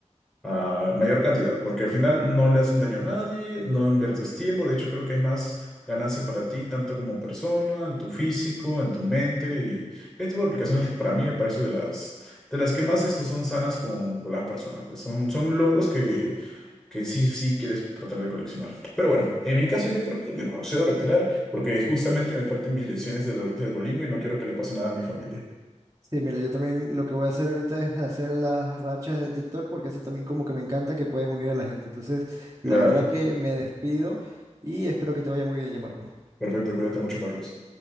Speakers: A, in the centre; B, on the right (about 30°).
A: a mayor cantidad, porque al final no le hacen daño a nadie, no inviertes tiempo, de hecho creo que es más ganancia para ti, tanto como persona, en tu físico, en tu mente, y este tipo de aplicaciones para mí me parece de las, de las que más estos son sanas con, con las personas, pues son, son logros que, que sí, sí quieres tratar de coleccionar. Pero bueno, en mi caso yo creo que me procedo a retirar porque justamente me faltan mis lecciones de, lo- de Duolingo y no quiero que le pase nada a mi familia.
B: Sí, mira, yo también lo que voy a hacer ahorita es hacer las rachas de TikTok porque eso también como que me encanta que pueden unir a la gente. Entonces,
A: Claro,
B: la verdad que me despido y espero que te vaya muy bien, ya Marco.
A: perfecto, cuídate mucho, Carlos.